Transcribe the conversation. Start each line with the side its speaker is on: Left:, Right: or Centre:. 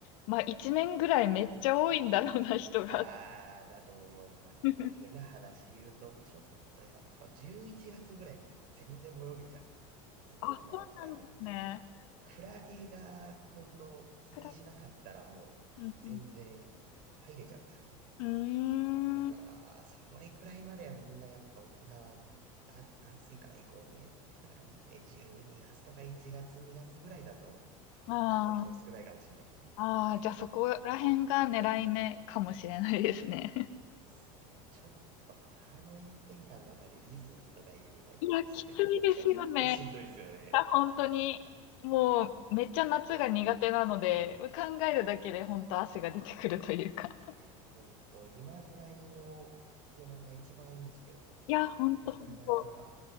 Left: まあ、一年ぐらいめっちゃ多いんだろうな、人が
Right: ああ、だと思います。
Left: <laughs>
Right: 変な話言うと、ちょっとやっぱ11月ぐらいまで全然泳げちゃうんですよね、
Left: あ、
Right: 沖縄って。
Left: そうなんですね。
Right: あの、クラゲが本当気にしなかったらもう全然入れちゃうんですよね。
Left: 暗いうんうん。
Right: だから、
Left: うーん。
Right: それくらいまではみんなやっぱ沖縄あ暑いから行こうぜってなるんで、12月とか1月2月ぐらいだと
Left: あー
Right: ちょっと人少ないかもしれないですね。
Left: あー、じゃあそこら辺が狙い目かもしれないですね。<laughs>
Right: そうっすね。ちょっとあの炎天下の中でディズニーとかユニバ行くっつってもちょっとしんどいですよね。
Left: いや、きついですよね。いや本当に、もう、めっちゃ夏が苦手なので、考えるだけで本当汗が出てくるというか。
Right: ねえ、ほんと今ぐらいの気温が一番いいんですけど、
Left: いや、本当本当。
Right: なかなか